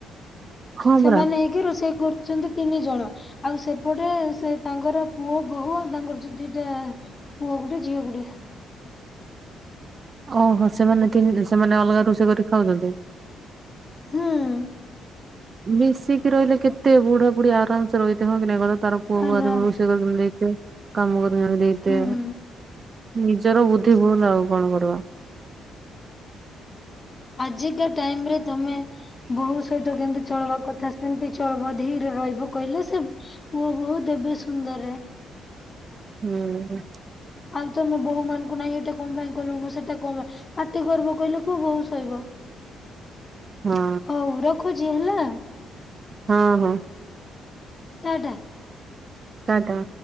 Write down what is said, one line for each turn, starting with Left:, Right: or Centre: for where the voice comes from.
Right: ହଁ
Left: ସେମାନେ
Right: ପରା
Left: ହେଇକି ରୋଷେଇ କରୁ ଅଛନ୍ତି ତିନି ଜଣ। ଆଉ, ସେପଟେ ସେ ତାଙ୍କର ପୁଅ ବୋହୂ ଆଉ, ତାଙ୍କର ଯଉ ଦିଟା ପୁଅ ଗୁଟେ ଝିଅ ଗୁଟେ।
Right: ଓହୋ! ସେମାନେ ତିନ, ସେମାନେ ଅଲଗା ରୋଷେଇ କରି ଖାଉଛନ୍ତି।
Left: ହୁଁ।
Right: ମିଶିକି ରହିଲେ କେତେ, ବୁଢା ବୁଢୀ ଆରାମସେ ରହିଥେ ହଁ, କି ନାଇଁ କହିଲ ତାର ପୁଅବୁଆରେ
Left: ଆର
Right: <unintelligible> ରୁଷେଇ କରୁଚନ ଦେଖିଆ। କାମ କରି ନ ଦେଇତେ,
Left: ହୁଁ
Right: ନିଜର ବୁଦ୍ଧି ଭୁଲ୍ ଆଉ କଣ କରିବ?
Left: ଆଜିକା ଟାଇମ୍ ରେ ତମେ, ବୋହୁ ସହିତ କେମତି ଚଳବା କଥା ସେମିତି ଚଳବ ଧିରେ ରହିବ, କହିଲେ ସେ ପୁଅ ବହୁ ଦେବେ ସୁନ୍ଦରରେ।
Right: ହୁଁ।
Left: ଆଉ, ତମେ ବୋହୂ ମାନଙ୍କୁ ନାଇଁ, ଏଇଟା କଣ ପାଇଁ କଲୁନୁ? ସେଟା କଣ ପାଇଁ ପାଟି କରବ କହିଲେ, କୋଉ ବୋହୁ ସଇବ?
Right: ହଁ
Left: ହଉ ରଖୁଛି ହେଲା।
Right: ହଁ ହଁ।
Left: ଟା ଟା।
Right: ଟା ଟା।